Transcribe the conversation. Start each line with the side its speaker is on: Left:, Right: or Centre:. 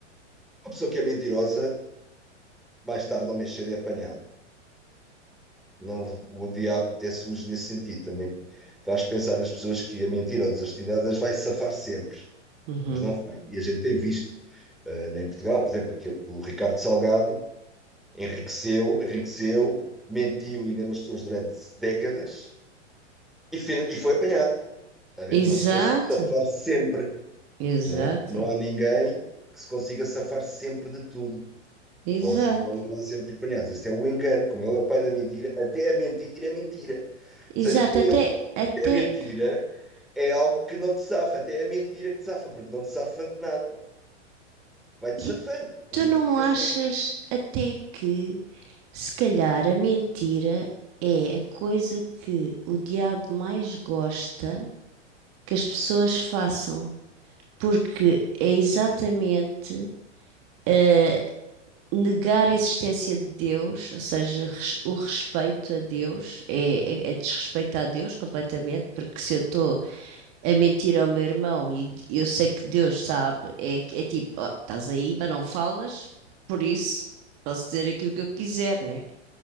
Centre: a pessoa que é mentirosa, mais tarde ou mais cedo é apanhada. Não, o diabo é sujo nesse sentido. Também faz pensar as pessoas que a mentira ou a desonestidade as vai safar sempre,
Right: Uhum.
Centre: mas não vai. E a gente tem visto, eh, em Portugal, por exemplo, aquele o Ricardo Salgado, Enriqueceu, enriqueceu, mentiu e enganou as pessoas durante décadas e, fina- e foi apanhado. Está a ver?
Right: Exato,
Centre: Não se consegue safar sempre,
Right: exato,
Centre: não é? Não há ninguém que se consiga safar sempre de tudo.
Right: exato,
Centre: Vão, se- vão acabar sempre apanhados. Este é o engano, como ele é o pai da mentira, até a mentira é mentira. Ou
Right: exato.
Centre: seja, até ele
Right: Até,
Centre: <laughs>
Right: até,
Centre: a mentira é algo que não te safa, até é a mentira que te safa, porque não te safa de nada. Vai-te
Right: e
Centre: safando. Um
Right: tu
Centre: dia
Right: não achas
Centre: será.
Right: até que, se calhar, a mentira é a coisa que o diabo mais gosta que as pessoas façam? porque é exatamente eh, negar a existência de Deus, ou seja, res- o respeito a Deus, é, é- é desrespeitar a Deus completamente, porque se eu estou a mentir ao meu irmão e d- eu sei que Deus sabe, é, é tipo, "Oh, estás aí, mas não falas, por isso posso dizer aquilo que eu quiser, né?